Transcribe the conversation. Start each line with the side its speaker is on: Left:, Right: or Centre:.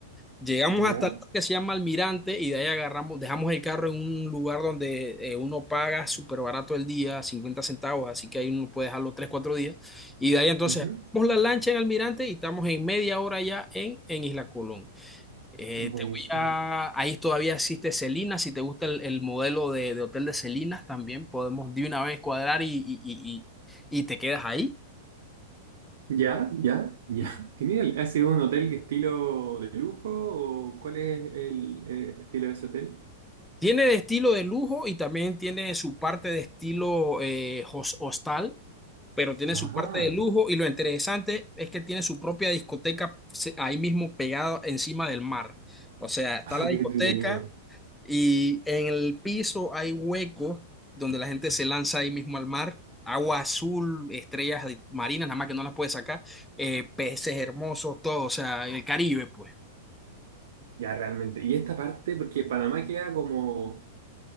Centre: Llegamos
Right: ¿ya?
Centre: hasta el que se llama Almirante y de ahí agarramos, dejamos el carro en un lugar donde eh, uno paga súper barato el día, 50 centavos, así que ahí uno puede dejarlo 3 4 días. Y de ahí entonces,
Right: Ujú,
Centre: vamos la lancha en Almirante y estamos en media hora ya en, en Isla Colón. Eh,
Right: Buenísimo.
Centre: te voy a... Ahí todavía existe Celinas, si te gusta el, el modelo de, de hotel de Celinas, también podemos de una vez cuadrar y, y, y, y- y te quedas ahí.
Right: Ya, ya, ya.
Centre: ¿Mm?
Right: <laughs> Genial. ¿Ha sido un hotel que estilo de lujo o cuál es el eh, estilo de ese hotel?
Centre: Tiene de estilo de lujo y también tiene su parte de estilo eh, hos- hostal, pero tiene
Right: Ajá,
Centre: su parte de lujo y lo interesante es que tiene su propia discoteca se- ahí mismo pegada encima del mar. O sea, está
Right: ah,
Centre: la
Right: qué
Centre: discoteca.
Right: entretenido.
Centre: Y en el piso hay huecos donde la gente se lanza ahí mismo al mar. Agua azul, estrellas de- marinas, nada más que no las puede sacar, eh, peces hermosos, todo, o sea, el Caribe, pues.
Right: Ya realmente. Y esta parte, porque Panamá queda como,